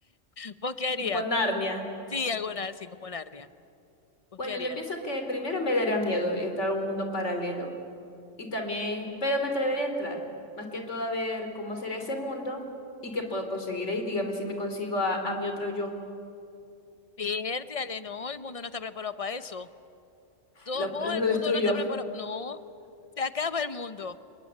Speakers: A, on the left; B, on the left.
A: ¿Vos qué harías?
B: Tipo Narnia.
A: Sí, algo así como Narnia. ¿Vos
B: Bueno,
A: qué harías?
B: yo pienso que primero me daría miedo entrar a un mundo paralelo. Y también, pero me atrevería a entrar. Más que todo a ver cómo sería ese mundo y qué puedo conseguir ahí. Dígame si me consigo a, a mi otro yo.
A: Piérdale, no, el mundo no está preparado para eso. Todos
B: Lo,
A: vos,
B: <laughs> lo
A: el mundo
B: destruyo.
A: no está preparado. No, se acaba el mundo.